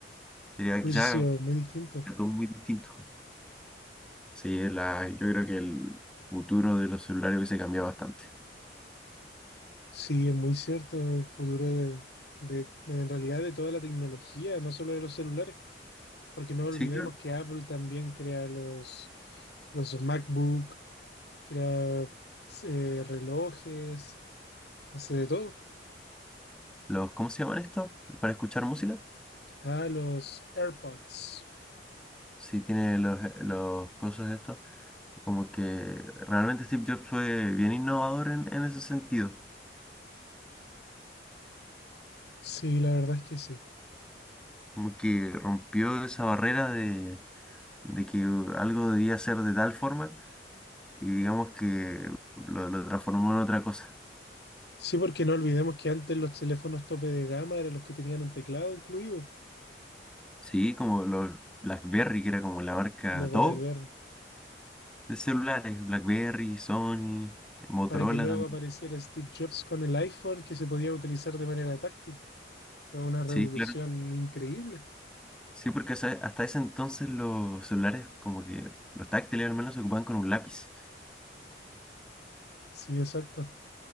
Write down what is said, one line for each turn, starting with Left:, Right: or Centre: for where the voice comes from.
Centre: Sería
Left: Hubiese
Centre: quizás
Left: sido muy distinto.
Centre: todo muy distinto. Sí, la, yo creo que el futuro de los celulares hubiese cambiado bastante.
Left: Sí, es muy cierto el futuro de, de- de- en realidad de toda la tecnología, no solo de los celulares. Porque no olvidemos
Centre: Sí, claro.
Left: que Apple también crea los, los MacBook, crea eh, relojes, hace de todo.
Centre: Los, ¿cómo se llaman estos? ¿Para escuchar música?
Left: Ah, los AirPods.
Centre: Sí, tiene los, los cosas estos. Como que realmente Steve Jobs fue bien innovador en, en ese sentido.
Left: Sí, la verdad es que sí.
Centre: Como que rompió esa barrera de, de que algo debía ser de tal forma y digamos que lo, lo transformó en otra cosa.
Left: Sí, porque no olvidemos que antes los teléfonos tope de gama eran los que tenían un teclado incluido,
Centre: Sí, como los BlackBerry, que era como la marca
Left: los BlackBerry,
Centre: top. De celulares, BlackBerry, Sony, Motorola
Left: para que luego
Centre: también.
Left: apareciera Steve Jobs con el iPhone que se podía utilizar de manera táctil. Fue una revolución
Centre: Sí, claro.
Left: increíble.
Centre: Sí, porque hasta hasta ese entonces los celulares, como que los táctiles al menos, se ocupaban con un lápiz.
Left: Sí, exacto.